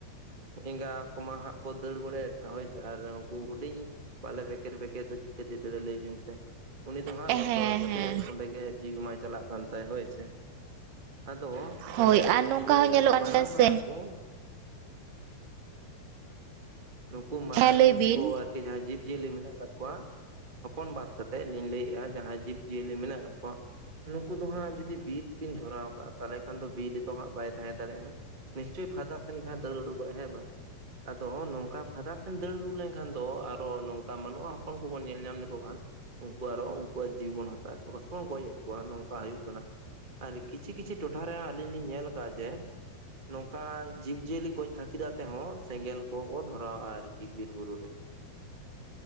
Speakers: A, on the right; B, on the right.
A: ᱮᱸᱜᱟ ᱠᱚ ᱢᱟ ᱦᱟᱸᱜ ᱠᱚ ᱫᱟᱹᱲ ᱵᱟᱲᱟᱭᱟ ᱦᱳᱭ ᱥᱮ ᱟᱨ ᱩᱱᱠᱩ ᱦᱩᱰᱤᱧ ᱵᱟᱞᱮ ᱵᱮᱠᱮᱨ ᱵᱮᱠᱮᱨ ᱫᱚ ᱪᱤᱠᱟᱹᱛᱮ ᱫᱟᱹᱲᱟ ᱞᱟᱹᱭ ᱵᱤᱱ ᱥᱮ ᱩᱱᱤ ᱫᱚ ᱦᱟᱸᱜ
B: ᱦᱮᱸ
A: ᱛᱚᱨᱚᱡ ᱠᱟᱛᱮᱫ
B: ᱦᱮᱸ
A: ᱚᱸᱰᱮᱜᱮ ᱡᱤᱣᱤ ᱢᱟ ᱪᱟᱞᱟᱜ ᱠᱟᱱ ᱛᱟᱭ ᱦᱳᱭ ᱥᱮ ᱾ ᱟᱫᱚ
B: ᱦᱳᱭ
A: ᱛᱟᱦᱚᱞᱮ
B: ᱟᱨ
A: ᱱᱩᱠᱩ
B: ᱱᱚᱝᱠᱟ ᱦᱚᱸ ᱧᱮᱞᱚᱜ ᱠᱟᱱ
A: ᱢᱟᱨᱟᱝ
B: ᱜᱮᱭᱟ
A: ᱢᱟᱨᱟᱝ
B: ᱥᱮ
A: ᱠᱚ ᱱᱩᱠᱩ ᱢᱟᱨᱟᱝ
B: ᱦᱮᱸ ᱞᱟᱹᱭ ᱵᱤᱱ
A: ᱠᱚ ᱟᱨᱠᱤ ᱡᱟᱦᱟᱸ ᱡᱤᱵ ᱡᱤᱭᱟᱹᱞᱤ ᱢᱮᱱᱟᱜ ᱠᱟᱫ ᱠᱚᱣᱟ ᱦᱚᱯᱚᱱ ᱵᱟᱫᱽ ᱠᱟᱛᱮᱫ ᱞᱤᱧ ᱞᱟᱹᱭᱮᱫᱼᱟ ᱡᱟᱦᱟᱸᱭ ᱡᱤᱵ ᱡᱤᱭᱟᱹᱞᱤ ᱢᱮᱱᱟᱜ ᱠᱟᱫ ᱠᱚᱣᱟ ᱱᱩᱠᱩ ᱫᱚ ᱦᱟᱸᱜ ᱡᱩᱫᱤ ᱵᱤᱨ ᱠᱤᱱ ᱫᱷᱚᱨᱟᱣ ᱠᱟᱜᱼᱟ ᱛᱟᱦᱚᱞᱮ ᱠᱷᱟᱱ ᱫᱚ ᱵᱤᱨ ᱨᱮᱫᱚ ᱦᱟᱸᱜ ᱵᱟᱭ ᱛᱟᱦᱮᱸ ᱫᱟᱲᱮᱭᱟᱜᱼᱟ ᱾ ᱱᱤᱥᱪᱚᱭ ᱯᱷᱟᱫᱟ ᱥᱮᱱ ᱜᱮ ᱦᱟᱸᱜ ᱫᱟᱹᱲ ᱩᱰᱩᱠᱚᱜᱼᱟᱭ ᱦᱮᱸ ᱵᱟᱝ ᱟᱫᱚ ᱱᱚᱝ ᱠᱟ ᱯᱷᱟᱫᱟ ᱥᱮᱱ ᱫᱟᱹᱲ ᱩᱰᱩᱜ ᱞᱮᱱᱠᱷᱟᱱ ᱫᱚ ᱟᱨᱚ ᱱᱚᱝᱠᱟ ᱢᱟᱱᱚᱣᱟ ᱦᱚᱲ ᱠᱚᱵᱚᱱ ᱧᱮᱞ ᱧᱟᱢ ᱞᱮᱠᱚ ᱠᱷᱟᱱ ᱩᱝᱠᱩ ᱟᱨᱚ ᱩᱝᱠᱩᱣᱟᱜ ᱡᱤᱣᱤ ᱵᱚᱱ ᱦᱟᱛᱟᱣᱮᱫ ᱛᱟᱠᱚᱣᱟ ᱥᱮᱵᱚᱱ ᱜᱚᱡ ᱮᱫ ᱠᱚᱣᱟ ᱱᱚᱝᱠᱟ ᱦᱩᱭᱩᱜ ᱠᱟᱱᱟ ᱾ ᱟᱨ ᱠᱤᱪᱷᱤ ᱠᱤᱪᱷᱤ ᱴᱚᱴᱷᱟ ᱨᱮ ᱟᱞᱤᱧ ᱞᱤᱧ ᱧᱮᱞ ᱠᱟᱜᱼᱟ ᱡᱮ ᱱᱚᱝᱠᱟ ᱡᱤᱵᱽ ᱡᱤᱭᱟᱹᱞᱤ ᱜᱚᱡ ᱠᱷᱟᱹᱛᱤᱨ ᱟᱛᱮ ᱦᱚᱸ ᱥᱮᱸᱜᱮᱞ ᱠᱚᱦᱚᱸ ᱵᱚ ᱫᱷᱚᱨ ᱨᱟᱣᱟᱜ-ᱟ ᱟᱨᱠᱤ ᱵᱤᱨ ᱵᱩᱨᱩ ᱨᱮ ᱾